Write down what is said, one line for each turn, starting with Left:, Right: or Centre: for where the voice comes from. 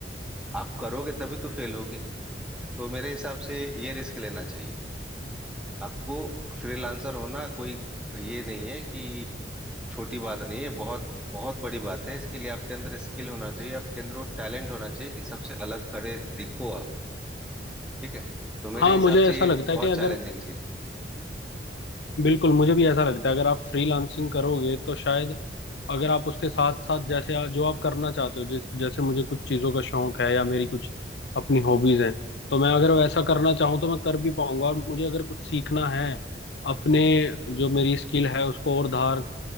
Centre: आप करोगे तभी तो फेल होगे तो मेरे हिसाब से ये रिस्क लेना चाहिए आपको फ्रीलांसर होना कोई ये नहीं है कि छोटी बात नहीं है बहुत बहुत बड़ी बात है इसके लिए आपके अंदर स्किल होना चाहिए आपके अंदर वो टैलेंट होना चाहिए कि सबसे अलग खड़े दिखो आप ठीक है तो मेरे
Left: हाँ
Centre: हिसाब
Left: मुझे
Centre: से
Left: ऐसा
Centre: ये
Left: लगता है
Centre: बहुत
Left: कि अगर
Centre: चैलेंजिंग चीज है
Left: बिल्कुल मुझे भी ऐसा लगता है अगर आप फ्रीलांसिंग करोगे तो शायद अगर आप उसके साथ साथ जैसे आ- जो आप करना चाहते हो जिस जैसे मुझे कुछ चीज़ों का शौक है या मेरी कुछ अपनी हॉबीज हैं तो मैं अगर वैसा करना चाहूँ तो मैं कर भी पाऊंगा और मुझे अगर कुछ सीखना है अपने जो मेरी स्किल है उसको और धार